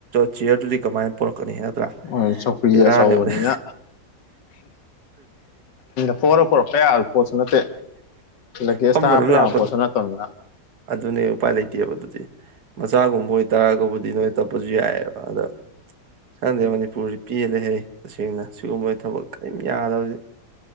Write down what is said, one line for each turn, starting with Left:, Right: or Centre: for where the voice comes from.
Right: ꯆꯤꯌꯔꯗꯨꯗꯤ ꯀꯃꯥꯏꯅ ꯄꯨꯔꯛꯀꯅꯤ ꯅꯠꯇ꯭ꯔꯥ
Left: ꯍꯣꯏ ꯆꯧꯀ꯭ꯔꯤ
Right: ꯕꯦꯔꯥꯜꯅꯦꯕ
Left: ꯑꯆꯧꯕꯅꯤꯅ
Right: <inaudible>
Left: ꯐꯣꯔꯣ ꯐꯣꯔꯣ ꯀꯌꯥ ꯄꯣꯠꯁꯨ ꯅꯠꯇꯦ ꯂꯒꯦꯖ
Right: ꯐꯝꯕ
Left: ꯇꯔꯥꯄ
Right: ꯑꯗꯨꯝ
Left: ꯌꯥ
Right: ꯂꯥꯛꯄꯗꯣ
Left: ꯄꯣꯠꯁꯨ ꯅꯠꯇꯕꯅꯤꯅ
Right: ꯑꯗꯨꯅꯦ ꯎꯄꯥꯏ ꯂꯩꯇꯦꯑꯕ ꯑꯗꯨꯗꯤ ꯃꯆꯥꯒꯨꯝꯕ ꯑꯣꯏꯇꯥꯔꯒꯕꯨꯗꯤ ꯅꯣꯏ ꯇꯞꯄꯁꯨ ꯌꯥꯏꯑꯕ ꯑꯗ ꯈꯟꯗꯦ ꯃꯅꯤꯄꯨꯔꯁꯤ ꯄꯦꯜꯂꯦ ꯍꯩ ꯇꯁꯦꯡꯅ ꯁꯤꯒꯨꯝꯕꯒꯤ ꯊꯕꯛ ꯀꯔꯤꯝ ꯌꯥꯗꯕꯁꯦ